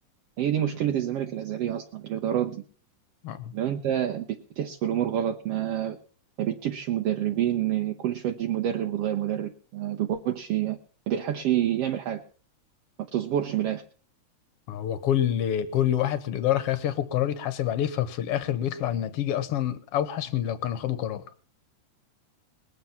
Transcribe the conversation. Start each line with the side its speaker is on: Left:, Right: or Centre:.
Right: هي دي مشكله الزمالك الازليه اصلا الادارات دي
Left: آه.
Right: لو انت بت- بتحسب الامور غلط ما ما بتجيبش مدربين كل شويه تجيب مدرب وتغير مدرب ما بيقعدش ما بيلحقش يعمل حاجه ما بتصبرش من الاخر
Left: هو كل كل واحد في الاداره خايف ياخد قرار يتحاسب عليه ففي الاخر بيطلع النتيجه اصلا اوحش من لو كانوا خدوا قرار